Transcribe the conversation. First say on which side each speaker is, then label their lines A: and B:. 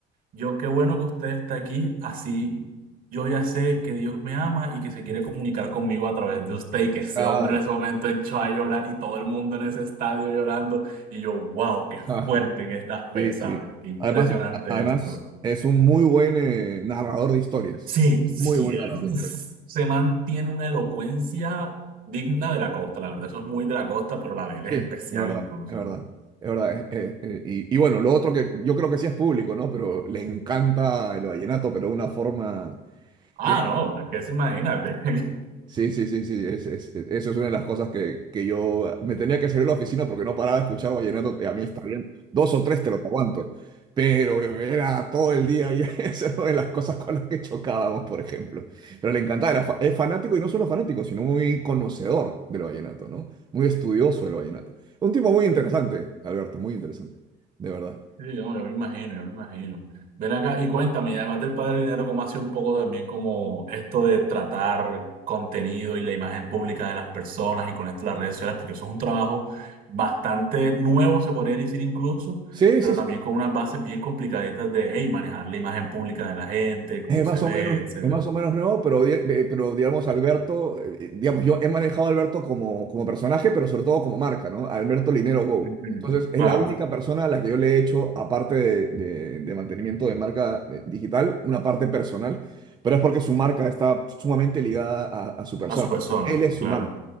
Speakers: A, on the right (about 50°); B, on the right (about 25°).
A: yo qué bueno que usted está aquí, así yo ya sé que Dios me ama y que se quiere comunicar conmigo a través de usted. Y que ese
B: Claro.
A: hombre en ese momento echó a llorar y todo el mundo en ese estadio llorando. Y yo, wow, qué
B: <laughs>
A: fuerte que es la fe,
B: Sí,
A: ¿sabes?
B: sí.
A: Qué impresionante
B: Además, a- además
A: esto.
B: es un muy buen eh, narrador de historias.
A: Sí, sí,
B: Muy buen
A: él
B: narrador de
A: uf,
B: historias.
A: se mantiene una elocuencia digna de la costa, la verdad, eso es muy de la costa, pero la de él
B: Sí,
A: es
B: es
A: especial
B: verdad,
A: incluso.
B: es verdad. Es verdad. eh, eh, eh, y, y bueno, lo otro que yo creo que sí es público, ¿no? Pero le encanta el vallenato, pero de una forma
A: Ah,
B: que
A: no, es que se imagina? <laughs>
B: Sí, sí, sí, sí, es, es- es- eso es una de las cosas que, que yo ah, me tenía que salir de la oficina porque no paraba de escuchar vallenato, y a mí está bien, dos o tres te los aguanto, pero era todo el día y <laughs> esa es una <laughs> de las cosas con las que chocábamos, por ejemplo. Pero le encantaba, era fa- es fanático y no solo fanático, sino muy conocedor del vallenato, ¿no? Muy estudioso del vallenato. Un tipo muy interesante, Alberto, muy interesante, de verdad.
A: Sí, no, yo me imagino, yo me imagino. Ven acá y cuéntame, y además del Padre Dinero, ¿cómo hace un poco también como esto de tratar contenido y la imagen pública de las personas y con esto las redes sociales? Porque eso es un trabajo bastante nuevo, se podría decir incluso,
B: Sí,
A: pero
B: sí,
A: también
B: sí.
A: con unas bases bien complicaditas de, hey, manejar la imagen pública de la gente, cómo
B: Es
A: se
B: más
A: ve,
B: o menos,
A: etcétera.
B: es más o menos nuevo, pero, di- eh, pero digamos, Alberto, eh, digamos, yo he manejado a Alberto como, como personaje, pero sobre todo como marca, ¿no? Alberto Linero Go.
A: Ujú,
B: Entonces, es
A: Claro,
B: la única persona a la que yo le he hecho, aparte de, de- de mantenimiento de marca eh, digital, una parte personal, pero es porque su marca está sumamente ligada a, a su persona.
A: a su persona,
B: Él es su
A: claro.
B: marca.